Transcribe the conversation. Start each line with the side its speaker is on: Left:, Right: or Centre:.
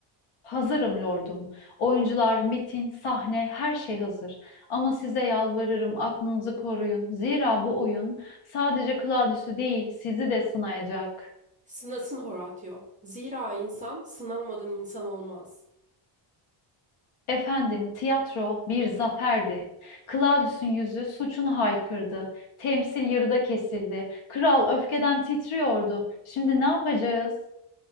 Left: Hazırım lordum. Oyuncular, metin, sahne, her şey hazır. Ama size yalvarırım aklınızı koruyun. Zira bu oyun sadece Claudius'u değil, sizi de sınayacak.
Right: Sınasın Horatio. Zira insan sınanmadan insan olmaz.
Left: Efendim, tiyatro bir zaferdi. Claudius'un yüzü suçunu haykırdı. Temsil yarıda kesildi. Kral öfkeden titriyordu. Şimdi ne yapacağız?